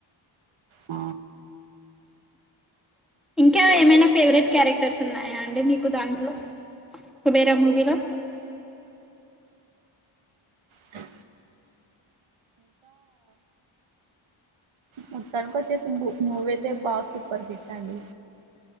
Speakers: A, on the right; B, in the centre.
A: ఆ
B: ఇంకా ఏమైనా ఫేవరెట్ క్యారెక్టర్స్ ఉన్నాయా అండి మీకు దాంట్లో కుబేరా మూవీలో
A: అ <inaudible> మొత్తానికొచ్చేసి మూవీ అయితే బాగా సూపర్ హిట్ అండి